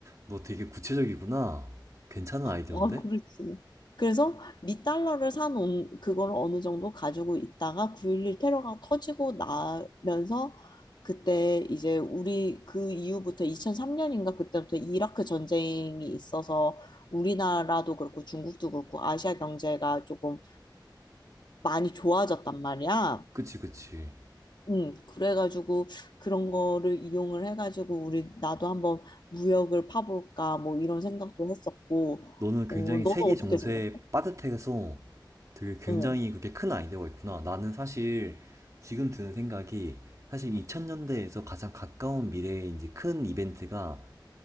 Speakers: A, on the right (about 40°); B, on the left (about 65°).
A: 너 되게 구체적이구나. 괜찮은 아이디어인데?
B: 아, 그렇지. 그래서 미달러를 사놓은 그걸 어느 정도 가지고 있다가 9.11 테러가 터지고 나면서 그때 이제 우리 그 이후부터 2003년인가 그때부터 이라크 전쟁이 있어서 우리나라도 그렇고 중국도 그렇고 아시아 경제가 조금 많이 좋아졌단 말이야.
A: 그치, 그치.
B: 음, 그래가지고 그런 거를 이용을 해가지고 우리 나도 한번 무역을 파볼까 뭐 이런 생각도 했었고,
A: 너는 굉장히
B: 어, 너는
A: 세계
B: 어떻게
A: 정세에
B: 생각해?
A: 빠듯해서 되게 굉장히
B: 어.
A: 그게 렇큰 아이디어가 있구나. 나는 사실 지금 드는 생각이 사실 2000년대에서 가장 가까운 미래에 이제 큰 이벤트가